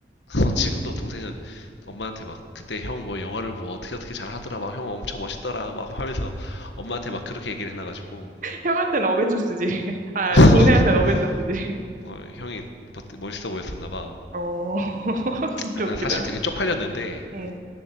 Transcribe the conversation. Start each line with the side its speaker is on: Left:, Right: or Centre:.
Left: <laughs> 어, 지금도 동생은 엄마한테 막 그때 형 뭐 영화를 뭐 어떻게 어떻게 잘 하더라 막 형 엄청 멋있더라 막 하면서 엄마한테 막 그렇게 얘기를 해놔가지고
Right: 형한테는 어벤져스지. <laughs> 아,
Left: <laughs>
Right: 동생한테는 어벤져스지.
Left: 어, 형이 멋, 멋있어 보였었나 봐.
Right: 어, <laughs> 진짜
Left: 아, 나
Right: 웃기다.
Left: 사실 되게 쪽팔렸는데,
Right: 응.